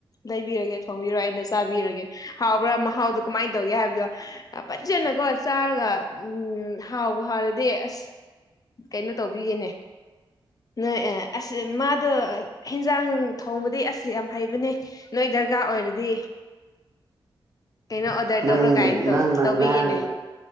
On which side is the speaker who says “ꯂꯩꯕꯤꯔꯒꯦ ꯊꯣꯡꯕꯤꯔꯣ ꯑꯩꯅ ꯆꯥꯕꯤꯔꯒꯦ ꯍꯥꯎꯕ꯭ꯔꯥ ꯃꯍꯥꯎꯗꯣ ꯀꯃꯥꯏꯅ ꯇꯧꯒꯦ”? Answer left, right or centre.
Left